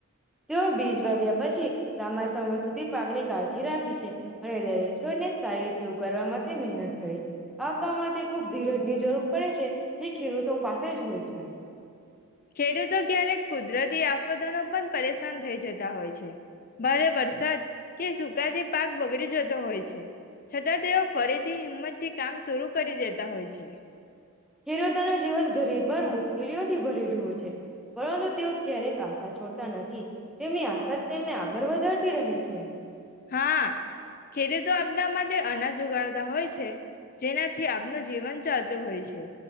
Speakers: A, in the centre; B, on the left.
A: તે બીજ વાવ્યા પછી લાંબાઈ સમય સુધી પાકની કાળજી રાખી છે હક્ષને સારી <unintelligible> તેવું કરવા માટે તે મહેનત કરે છે. આ કામમાં તે ખૂબ ધીરજની જરૂર પડે છે, જે ખેડૂતો પાસે જ હોય છે.
B: ખેડૂતો ક્યારેક કુદરતી આફતો ન પણ પરેશાન થઈ જતા હોય છે. ભારે વરસાદ કે સુગા જે પાક બગડી જતો હોય છે દાદેવ ફરીથી હિંમત થી કામ સુરૂ કરી દેતા હોય છે.
A: ખેડૂતોના જીવન ગરીબર મુશ્કેલીઓથી ભરેલું હોય છે. પરંતુ તેઓ ક્યારેક આશા છોડતા ત <unintelligible> તેમની આશા તેમને ઘર વધારતી રહે છે.
B: હા ખેડૂતો આપના માટે અનાજ ઉગાડતા હોય છે, જેનાથી આપનું જીવન ચાલતુ હોય છે.